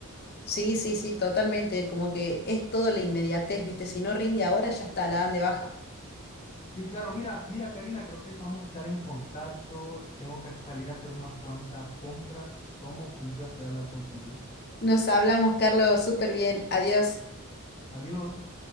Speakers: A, on the left; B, on the left.
A: Sí, sí, sí, totalmente, como que es todo la inmediatez, viste, si no rinde ahora ya está, la dan de baja.
B: Sí, claro, mira, mira, Karina, creo que vamos a estar en contacto. Tengo que salir a hacer unas cuantas compras. Tomo, fue un placer hablar contigo.
A: Nos hablamos, Carlos, súper bien. Adiós.
B: Adiós.